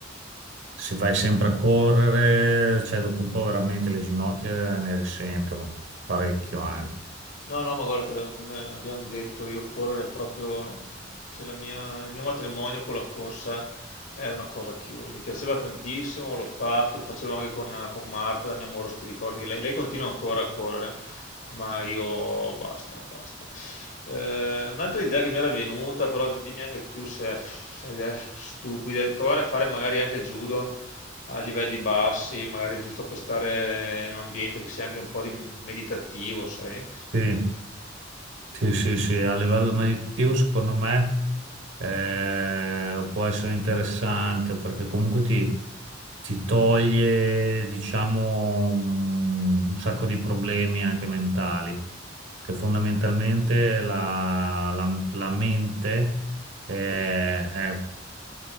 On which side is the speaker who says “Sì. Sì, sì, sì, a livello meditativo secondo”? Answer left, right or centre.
Right